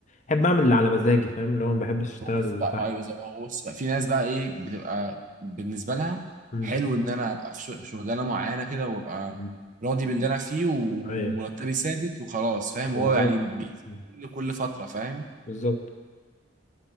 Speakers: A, on the left; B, on the right.
A: بحب اعمل اللي على مزاجي فاهم اللي هو ما بحبش اشتغل
B: هو بص بقى
A: تحت
B: ما هو زي ما هو بص بقى في ناس بقى ايه بتبقى بالنسبه لها
A: مم.
B: حلو ان انا ابقى في شغ- شغلانه معينه كده وابقى
A: مم.
B: راضي باللي انا فيه ومرتبي
A: ايوه
B: ثابت وخلاص فاهم
A: بالظبط
B: هو يعني بي-
A: مم.
B: كل كل فتره فاهم
A: بالظبط